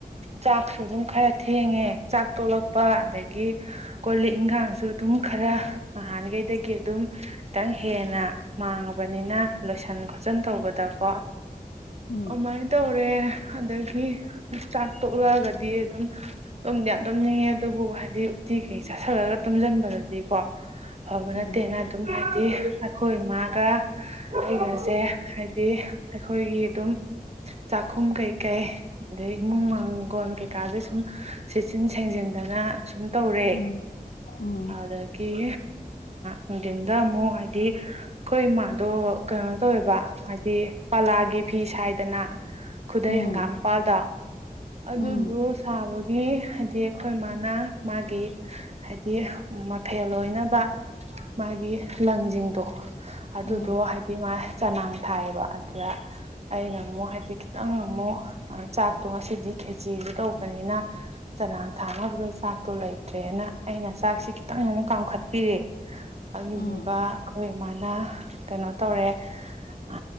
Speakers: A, on the right (about 45°); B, on the left (about 80°).
A: ꯆꯥꯛꯁꯨ ꯑꯗꯨꯝ ꯈꯔ ꯊꯦꯡꯉꯦ ꯆꯥꯛ ꯇꯣꯂꯛꯄ ꯑꯗꯒꯤ ꯀꯣ ꯂꯤꯛ ꯏꯟꯒꯥꯡꯁꯨ ꯑꯗꯨꯝ ꯈꯔ ꯅꯍꯥꯟꯈꯩꯗꯒꯤ ꯑꯗꯨꯝ ꯈꯤꯇꯪ ꯍꯦꯟꯅ ꯃꯥꯡꯉꯕꯅꯤꯅ ꯂꯣꯏꯁꯤꯟ ꯈꯣꯠꯆꯤꯟ ꯇꯧꯕꯗꯀꯣ
B: ꯎꯝ
A: ꯑꯗꯨꯃꯥꯏꯅ ꯇꯧꯔꯦ ꯑꯗꯒꯤ ꯆꯥꯛ ꯇꯣꯛꯂꯛꯑꯒꯗꯤ ꯑꯗꯨꯝ ꯇꯨꯝꯗꯤ ꯌꯥꯝ ꯇꯨꯝꯅꯤꯡꯉꯦ ꯑꯗꯨꯕꯨ ꯍꯥꯏꯗꯤ ꯎꯠꯇꯤ ꯀꯩ ꯆꯥꯥꯁꯜꯂꯒ ꯇꯨꯝꯁꯤꯟꯕꯗꯗꯤꯀꯣ ꯐꯕ
B: ꯎꯝ
A: ꯅꯠꯇꯦꯅ ꯑꯗꯨꯝ ꯍꯥꯏꯗꯤ ꯑꯩꯈꯣꯏ ꯏꯃꯥꯒ ꯑꯩꯒꯁꯦ ꯍꯥꯏꯗꯤ ꯑꯩꯈꯣꯏꯒꯤ ꯑꯗꯨꯝ ꯆꯥꯛꯈꯨꯝ ꯀꯩꯀꯩ ꯑꯗꯩ ꯏꯃꯨꯡ ꯃꯥꯡꯒꯣꯜ ꯀꯩꯀꯥꯁꯦ ꯁꯨꯝ ꯁꯦꯠꯆꯤꯟ ꯁꯦꯡꯖꯤꯟꯗꯅ ꯁꯨꯝ ꯇꯧꯔꯦ
B: ꯎꯝ ꯎꯝ
A: ꯑꯗꯨꯗꯒꯤ ꯅꯨꯡꯊꯤꯟꯗ ꯑꯃꯨꯛ ꯍꯥꯏꯗꯤ ꯑꯩꯈꯣꯏ ꯏꯃꯥꯗꯣ ꯀꯩꯅꯣ ꯇꯧꯋꯦꯕ ꯍꯥꯏꯗꯤ ꯄꯥꯂꯥꯒꯤ ꯐꯤꯁ ꯍꯥꯏꯗꯅ ꯈꯨꯗꯩ
B: ꯎꯝ
A: ꯍꯪꯒꯥꯝꯄꯥꯥ ꯑꯗꯨꯗꯨꯣ
B: ꯎꯝ
A: ꯁꯥꯕꯒꯤ ꯍꯥꯏꯗꯤ ꯑꯩꯈꯣꯏ ꯃꯥꯅ ꯃꯥꯒꯤ ꯍꯥꯏꯗꯤ ꯐꯦꯜ ꯑꯣꯏꯅꯕ ꯃꯥꯒꯤ ꯂꯪꯁꯤꯡꯗꯣ ꯑꯗꯨꯗꯣ
B: ꯎꯝ
A: ꯍꯥꯏꯗꯤ ꯃꯥ ꯆꯅꯥꯡ ꯊꯥꯏꯌꯦꯕ ꯑꯗꯨꯗ ꯑꯩꯅ ꯑꯃꯨꯛ ꯍꯥꯏꯗꯤ ꯈꯤꯇꯪ ꯑꯃꯨꯛ ꯆꯥꯛꯇꯣ ꯉꯁꯤꯗꯤ ꯈꯦꯆꯁꯤ ꯇꯧꯕꯅꯤꯅ ꯆꯔꯥꯡ ꯊꯥꯅꯕꯗꯣ ꯆꯥꯛꯇꯣ ꯂꯩꯇ꯭ꯔꯦꯅ ꯑꯩꯅ ꯆꯥꯛꯁꯤ ꯈꯤꯇꯪ ꯑꯃꯨꯛ ꯀꯥꯝꯈꯠꯄꯤꯔꯦ ꯑꯗꯨꯗꯨꯒ
B: ꯎꯝ
A: ꯑꯩꯈꯣꯏ ꯑꯗꯨꯃꯥꯏꯅ ꯀꯩꯅꯣ ꯇꯧꯔꯦ ꯑ